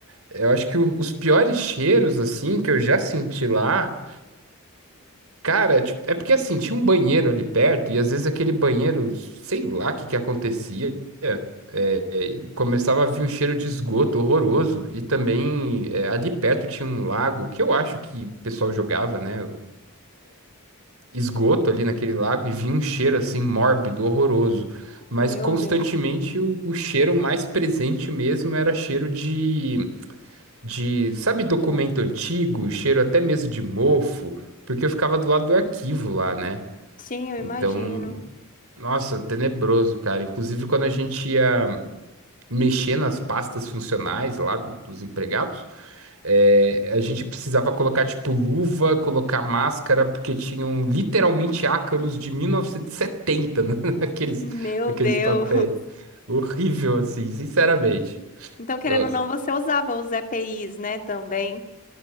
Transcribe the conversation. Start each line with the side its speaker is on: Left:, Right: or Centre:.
Right: eu acho que o- os piores cheiros, assim, que eu já senti lá, cara, tipo, é porque, assim, tinha um banheiro ali perto e, às vezes, aquele banheiro, sei lá o que que acontecia, é, é, começava a vir um cheiro de esgoto horroroso e também, é, ali perto tinha um lago que eu acho que o pessoal jogava, né, esgoto ali naquele lago e vinha um cheiro assim mórbido, horroroso. Mas
Left: Meu
Right: constantemente
Left: Deus.
Right: o, o cheiro mais presente mesmo era cheiro de, de, sabe, documento antigo, cheiro até mesmo de mofo, porque eu ficava do lado do arquivo lá, né?
Left: Sim, eu imagino.
Right: Então, nossa, tenebroso, cara. Inclusive, quando a gente ia mexer nas pastas funcionais lá do- dos empregados, é, a gente precisava colocar, tipo, luva, colocar máscara, porque tinham literalmente ácaros de 1970 né, <laughs> naqueles,
Left: Meu
Right: naqueles
Left: Deus.
Right: papéis. Horrível, assim, sinceramente.
Left: Então, querendo
Right: Nossa.
Left: ou não, você usava os EPIs, né, também?